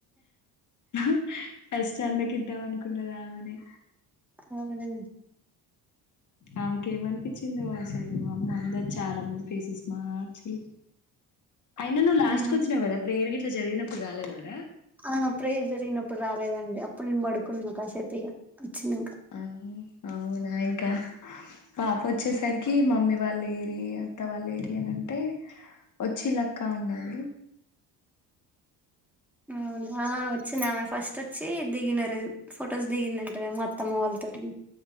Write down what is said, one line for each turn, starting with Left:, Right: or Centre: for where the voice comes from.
Left: హ ఫస్ట్ అన్నకిదం అనుకున్నది ఆమెనే
Centre: అవున
Left: ఆమెకేమనిపిచిందో అసలు అమ్మ అందరు చాలా మంది ఫేసేస్ మార్చలె అయినా నువ్వు లాస్ట్
Centre: ఏ
Left: కొచ్చినావు కదా ప్రేయర్ ఇట్లా జరిగినప్పుడ్ రాలేదారా
Centre: ఆహ ప్రేయర్ జరిగినప్పుడు రాలేదండి అప్పుడు నేను పడుకున్నా కాసేపు ఇగ వచ్చినంక
Left: ఆ అవునా ఇంక పాప ఒచ్చేసరికి మమ్మీ వాల్ ఏరి అత్త వాల్ ఏరి అని అంటే ఒచ్చిలక్క అన్నారు
Centre: అవునా వచ్చింది ఆమె ఫస్ట్ వచ్చి దిగినారు ఫొటోస్ దిగిందంటే మా అత్తమ్మ వాళ్లత్ తడి